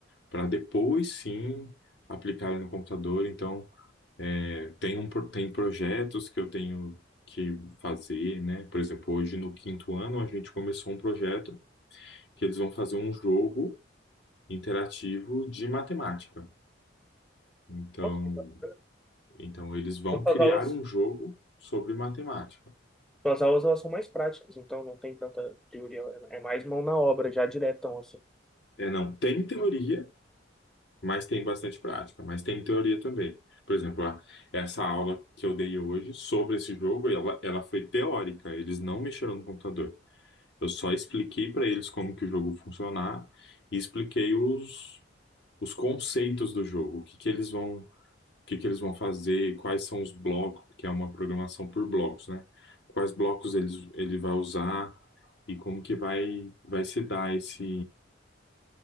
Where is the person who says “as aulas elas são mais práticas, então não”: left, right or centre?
Centre